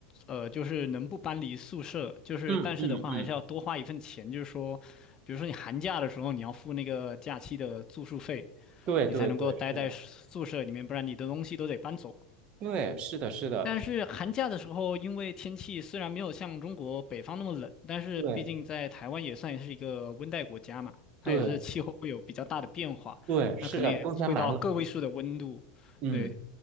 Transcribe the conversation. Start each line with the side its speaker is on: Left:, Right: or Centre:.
Left: 呃，就是能不搬离宿舍，就是但是的话还是要多花一份钱，
Right: <laughs> 嗯嗯嗯，
Left: 就是说，比如说你寒假的时候你要付那个假期的住宿费，
Right: 对对对，
Left: 你才能够待在宿舍里面，
Right: 是的，
Left: 不然你的东西都得搬走。
Right: 对是的是的，
Left: 但是寒假的时候，因为天气虽然没有像中国北方那么冷，但是毕竟在台湾也算是一个温带国家嘛，
Right: 对
Left: 它也是气候会有比较大的变化，
Right: 对对，是的，
Left: 那可能也会到个位数的温度。
Right: 冬天蛮冷的，嗯
Left: 对，